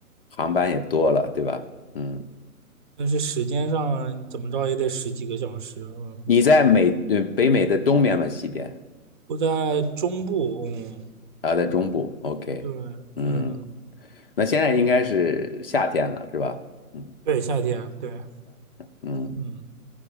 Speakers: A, on the left; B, on the right.
A: 航班也多了，对吧？嗯，
B: 但是时间上怎么着也得十几个小时，嗯，
A: 你在美，呃，北美的东边吗？西边？
B: 我在中部，嗯，
A: 啊，在中部，OK，
B: 对，
A: 嗯，
B: 嗯，
A: 那现在应该是夏天了，是吧？嗯
B: 对，夏天，对，
A: 嗯，
B: 嗯，